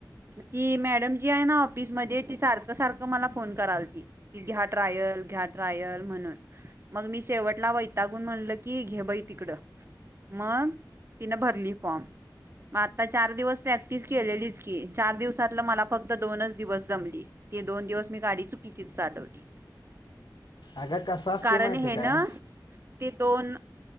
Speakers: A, on the right; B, on the left.
A: ती मॅडम जी आहे ना ऑफिसमध्ये ती सारखं सारखं मला फोन करालती. कि घ्या ट्रायल घ्या ट्रायल म्हणून. मग मी शेवटला वैतागून म्हणलं की घे बाई तिकडं मग तिनं भरली फॉर्म. मग आता चार दिवस प्रॅक्टिस केलेलीच की, चार दिवसातलं मला फक्त दोनच दिवस जमली. ते दोन दिवस मी गाडी चुकीचीच चालवली.
B: अगं कसं असतंय
A: कारण
B: माहिती
A: हे
B: आहे काय?
A: ना ते दोन